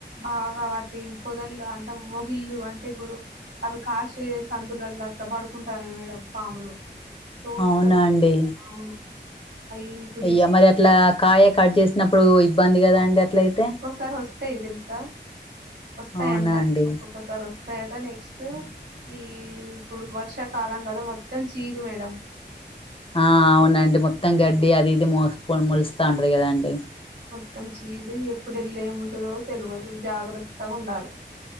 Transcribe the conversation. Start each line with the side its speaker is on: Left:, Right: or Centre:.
Right: బాగా వాటి పొదలు అంటే మొగిళ్ళు అంటే ఇప్పుడు అవి కాసే సందులల అట్లా పడుకుంటానయ్ మేడం పాములు తో <unintelligible>
Left: అవునా అండి
Right: అవును అవి ఇప్పుడు
Left: అయ్యా
Right: ఇచ్చి
Left: మరి అట్లా కాయ కట్ చేసినప్పుడు ఇబ్బంది కదా అండి అట్ల అయితే
Right: సారి వస్తాయి తెలుసా వస్తాయంట
Left: అవునా అండి
Right: ఒక్కొక్కసారి వస్తాయట నెక్స్ట్ ఈ ఇప్పుడు వర్షాకాలం కదా మొత్తం చీదు మేడం
Left: ఆ అవునండి మొత్తం గడ్డి అది ఇది మోసప ములుస్తా ఉంటది కదాండి
Right: మొత్తం చీదీ ఎప్పుడళ్ళ ఏముంటదో తెలియదు జాగ్రత్తగా ఉండాలి